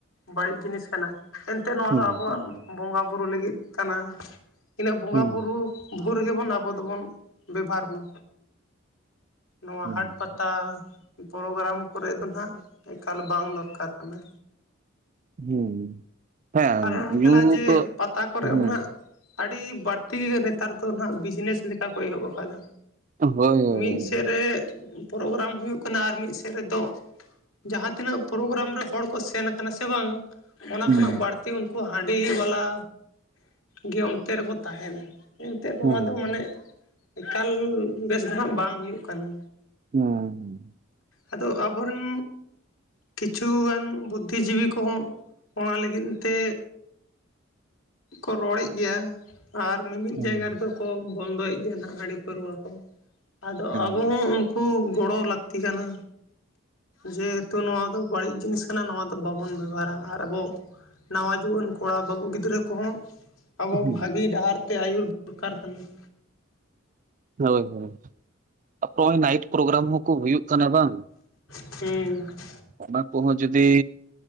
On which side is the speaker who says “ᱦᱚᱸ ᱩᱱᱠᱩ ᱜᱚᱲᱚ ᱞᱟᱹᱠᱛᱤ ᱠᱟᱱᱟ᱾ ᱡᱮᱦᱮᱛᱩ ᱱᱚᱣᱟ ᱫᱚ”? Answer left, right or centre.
Left